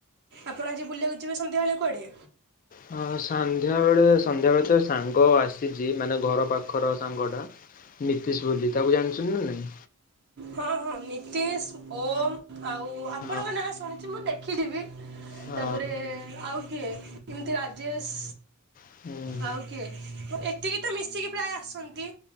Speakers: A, on the right (about 50°); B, on the left (about 40°).
A: ଆପଣ ଆଜି ବୁଲିବାକୁ ଯିବେ ସନ୍ଧ୍ୟାବେଳେ କୁଆଡ଼େ।
B: ହଁ ସନ୍ଧ୍ୟାବେଳେ -ସନ୍ଧ୍ୟାବେଳେ ତ ସାଙ୍ଗ ଆସିଛି ମାନେ ଘର ପାଖର ସାଙ୍ଗ ଟା ନୀତିଶ ବୋଲି, ତାକୁ ଜାଣିୁଚନ୍ତି ନା ନାଇଁ?
A: ହଁ ହଁ ନୀତିଶ୍, ଓମ୍ ଆଉ ଆପଣଙ୍କ
B: ହଁ
A: ନାଁ ଶୁଣିଛି। ମୁଁ ଦେଖି ଯିବି।
B: ହଁ
A: ତାପରେ ଆଉ କିଏ? ଏମତି ରାଜେଶ୍।
B: <unintelligible>
A: ଆଉ କିଏ? ଏତିକି ତ ମିଶିକି ପ୍ରାୟ ଆସନ୍ତି।